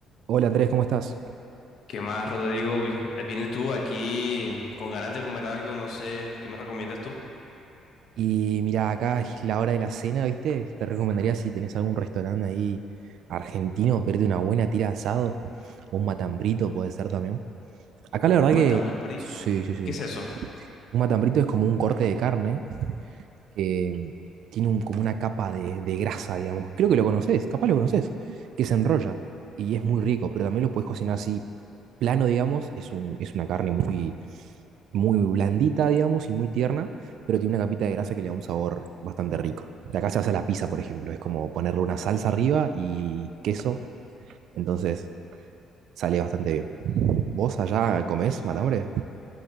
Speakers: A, on the right; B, on the left.
A: Hola Andrés, ¿cómo estás?
B: ¿Qué más, Rodrigo? Vi- Vienes tú aquí con ganas de comer algo, no sé, ¿qué me recomiendas tú?
A: Y mira, acá es la hora de la cena, ¿viste? Te recomendaría si tenés algún restaurante ahí argentino, pedirte una buena tira de asado o un matambrito puede ser también. Acá la verdad
B: Un matambrito.
A: que sí, sí, sí.
B: ¿Qué es eso?
A: Un matambrito es como un corte de carne que tiene un- como una capa de, de grasa, digamos. Creo que lo conoces, capaz lo conoces, que se enrolla y es muy rico, pero también lo puedes cocinar así plano, digamos. Es un, es una carne muy, muy blandita, digamos, y muy tierna, pero tiene una capita de grasa que le da un sabor bastante rico. De acá se hace la pizza, por ejemplo, es como ponerle una salsa arriba y queso, entonces sale bastante bien. ¿Vos allá
B: Entri-
A: comés matambre?